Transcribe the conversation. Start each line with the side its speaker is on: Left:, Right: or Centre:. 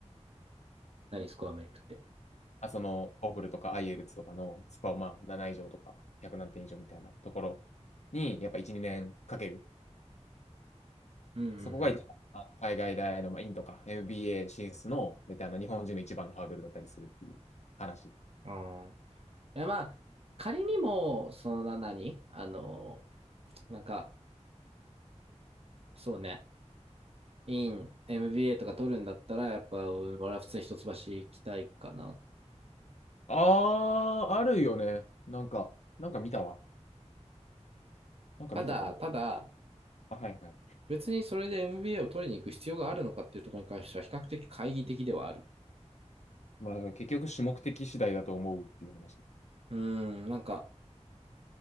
Right: 何スコアメイクって。
Left: あその、ホーフルとか IELTS とかのスコアをまあ7以上とか100何点以上みたいなところに、やっぱ1、2年かける。
Right: うんうん
Left: そこが一番海外大の、まあ、ンとか MBA 進出の、絶対あの日本人の一番のハードルだったりするっていう話。
Right: うん。あん。いや、まあ、仮にも、そのな何、あの、なんか、そうね、イン、MBA とか取るんだったら、やっぱ俺は普通に一橋行きたいかな。
Left: あー、あるよね。なんか、なんか見たわ。なんか見たかも。
Right: ただ、ただ、
Left: あ、はいはい。
Right: 別にそれで MBA を取りに行く必要があるのかっていうところに関しては比較的懐疑的ではある。
Left: まあ、結局、主目的次第だと思うっていう話。
Right: うーん、なんか、